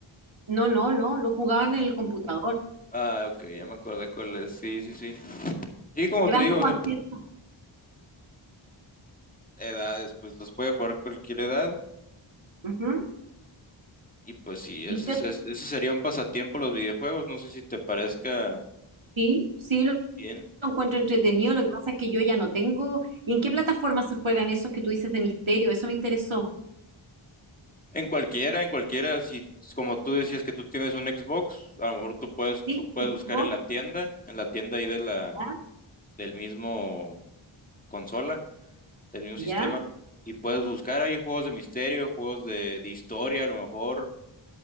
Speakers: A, on the right; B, on the left.
A: No, no, no, lo jugaban en el computador.
B: Ah, ok, ya me acordé cuál es. Sí, sí, sí. Y como
A: Que
B: te
A: van
B: digo,
A: como
B: o sea,
A: haciendo...
B: edades, pues los puede jugar cualquier edad.
A: Ujú.
B: Y pues sí, ese,
A: ¿Y qué
B: es-
A: otro?
B: ese sería un pasatiempo los videojuegos. No sé si te parezca
A: Sí, sí, lo
B: bien.
A: encuentro entretenido, lo que pasa es que yo ya no tengo. ¿Y en qué plataforma se juegan esos que tú dices de misterio? Eso me interesó.
B: En cualquiera, en cualquiera, si como tú decías que tú tienes un Xbox, a lo mejor tú puedes,
A: ¿Sí?
B: tú puedes
A: ¿Sí?
B: buscar
A: ¿Vos?
B: en la tienda, en la tienda ahí de la,
A: ¿Ya?
B: del mismo consola, del mismo
A: ¿Ya?
B: sistema, y puedes buscar ahí juegos de misterio, juegos de, de historia, a lo mejor.